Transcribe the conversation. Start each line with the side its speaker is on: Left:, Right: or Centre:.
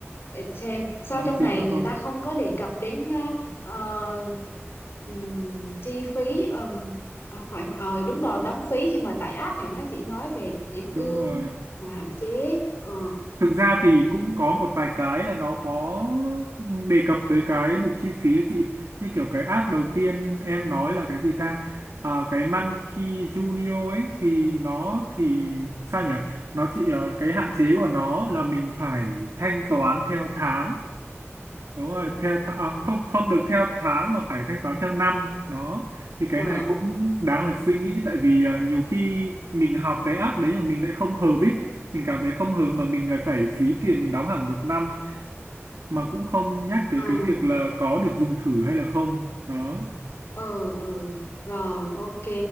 Left: để xem sau
Right: có
Left: trong
Right: gì
Left: này
Right: nữa
Left: người
Right: không
Left: ta không có đề cập đến ờ, ờ, ừm, chi phí ừm, à, phải ờ đúng rồi đóng phí khi mà tải app này nó chỉ nói về điểm
Right: đúng
Left: ưu
Right: rồi
Left: và hạn chế ờ
Right: Thực ra thì cũng có một vài cái là nó có đề cập tới cái mục chi phí á chị như kiểu cái app đầu tiên em nói là cái gì ta à, cái Monkey Junior ấy thì nó thì sao nhỉ nó chỉ ờ, cái hạn chế của nó là mình phải thanh toán theo tháng đúng rồi theo tháng, à, không không được theo tháng mà phải thanh toán theo năm đó thì cái
Left: ờ
Right: này cũng đáng là suy nghĩ tại vì à, nhiều khi mình học cái app đấy mà mình lại không hợp ý mình cảm thấy không hợp mà mình lại phải phí tiền mình đóng hẳn một năm mà cũng không nhắc tới
Left: à
Right: cái việc là có được dùng thử hay là không đó
Left: ừ ừ rồi ok